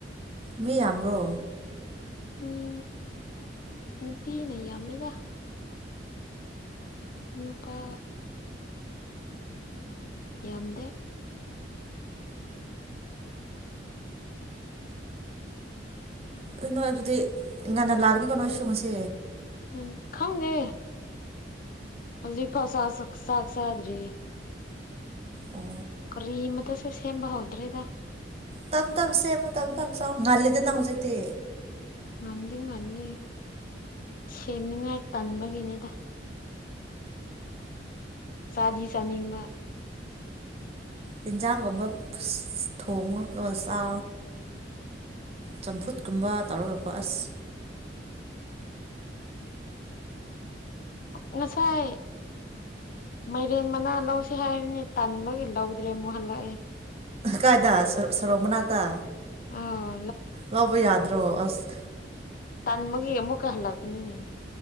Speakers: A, on the right; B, on the left.
A: ꯃꯤ ꯌꯥꯝ꯭ꯔꯣ
B: ꯃꯤ ꯅꯨꯄꯤꯅ ꯌꯥꯝꯃꯦꯗ ꯅꯨꯄꯥ ꯌꯥꯝꯗ
A: ꯑꯗꯨ ꯅꯣꯏ ꯑꯗꯨꯗꯤ ꯉꯟꯅ ꯂꯥꯛꯒꯅꯤꯀꯣ ꯅꯣꯏ ꯁꯨꯡꯉꯁꯦ
B: ꯎꯝ ꯈꯪꯉꯦ ꯍꯧꯖꯤꯛ ꯐꯥꯎ ꯆꯥꯛ ꯆꯥꯗ꯭ꯔꯤ
A: ꯑꯣ
B: ꯀꯔꯤꯃꯇꯁꯨꯦ ꯁꯦꯝꯕ ꯍꯧꯗ꯭ꯔꯦꯗ
A: ꯇꯝ ꯇꯝ ꯁꯦꯃ ꯇꯝ ꯇꯝ ꯆ ꯉꯂꯤꯗꯅ ꯍꯧꯖꯤ ꯇ
B: ꯃꯗꯤ ꯉꯅꯤ ꯁꯦꯝꯅꯤꯉꯥꯏ ꯇꯟꯕꯒꯤꯅꯤꯗ ꯁꯥꯗꯤ ꯁꯥꯅꯤꯡꯕ
A: ꯌꯦꯟꯖꯥꯡꯒꯨꯝꯕ ꯊꯣꯡꯉꯒ ꯆꯥ ꯆꯝꯐꯨꯠꯀꯨꯝꯕ ꯇꯧꯔꯒꯀꯣ ꯑꯁ
B: ꯉꯁꯥꯏ ꯃꯥꯏꯔꯦꯟ ꯃꯅꯥ ꯂꯧꯁꯤ ꯍꯥꯏꯕꯅꯤ ꯇꯟꯕꯒꯤ ꯂꯧꯗ꯭ꯔꯦ ꯑꯃꯨꯛ ꯍꯜꯂꯛꯑꯦ
A: ꯀꯥꯏꯗ ꯁꯔꯣꯃꯅꯥꯗ
B: ꯑꯥ
A: ꯂꯣꯏꯣ ꯌꯥꯗ ꯇꯣ ꯑꯁ
B: ꯇꯥꯟꯃꯒ ꯑꯃꯨ ꯀ ꯍꯜꯂꯕꯅꯤꯅꯦ